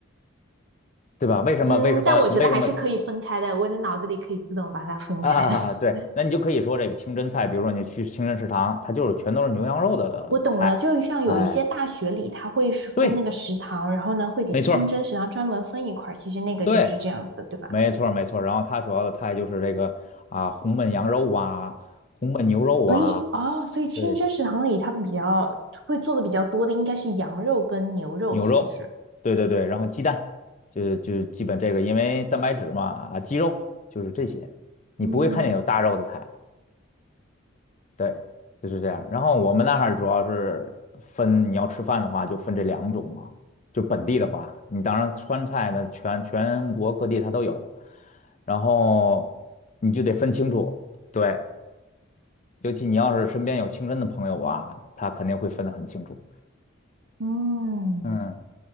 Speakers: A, on the left; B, on the right.
A: 对吧？为什么？
B: 嗯，
A: 为什么？
B: 但我觉得还是可以分开的，
A: 为什么？
B: 我的脑子里可以自动把它分开。
A: 啊，
B: <laughs>
A: 对，那你就可以说这个清真菜，比如说你去清真食堂，它就是全都是牛羊肉的菜。
B: 我懂了，就像有一些大学里，
A: 哎，
B: 它会是分那个食堂，
A: 对，
B: 然后呢会给清真食堂专门分一块儿，
A: 没错儿，
B: 其实那个就是这样子，
A: 对。
B: 对吧？
A: 没错儿没错儿然后它主要的菜就是这个啊，红焖羊肉啊，红焖牛肉啊，
B: 所以哦，所以清真食堂里他们比较会做的比较多的应该是羊肉跟牛肉，
A: 对，牛肉，
B: 是不是？
A: 对对对，然后鸡蛋，就就基本这个，因为蛋白质嘛，啊，鸡肉就是这些，你不会看见有大肉的菜，
B: 嗯，
A: 对，就是这样。然后我们那儿主要是分，你要吃饭的话就分这两种嘛，就本地的话，你当然川菜呢，全全国各地它都有，然后你就得分清楚。对，尤其你要是身边有清真的朋友吧，他肯定会分得很清楚。
B: 嗯。
A: 嗯，